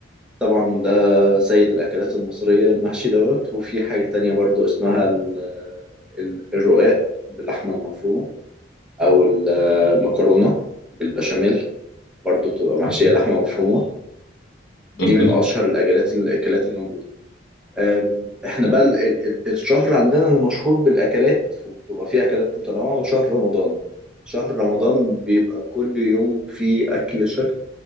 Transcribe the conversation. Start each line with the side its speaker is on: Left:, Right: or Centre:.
Centre: طبعا ده سيد الأكلات المصرية المحشي دوت وفي حاجة تانية برضو اسمها ال- ال- الرقاق باللحمة المفرومة أو المكرونة بالبشاميل برضو بتبقى محشية
Left: مهم.
Centre: لحمة مفرومة دي
Left: مهم.
Centre: من أشهر الأكلات الأكلات اللي موجودة آه، إحنا
Left: مهم.
Centre: بقى ال- ال- ال- الشهر عندنا اللي مشهور بالأكلات وبتبقى فيه أكلات متنوعة هو شهر رمضان شهر رمضان بيبقى كل يوم فيه أكل شكل